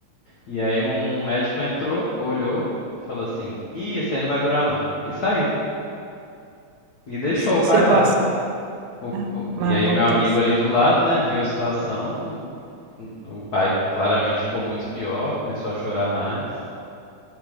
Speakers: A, on the left; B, on the right.
A: E aí um médico entrou, olhou, falou assim: Ih, esse aí não vai durar não. E saiu. E deixou
B: Que
A: o pai
B: situação.
A: lá. O-
B: É,
A: o-
B: mas
A: e aí
B: acontece.
A: o meu amigo ali do lado, né, viu a situação. O pai claramente ficou muito pior, começou a chorar mais.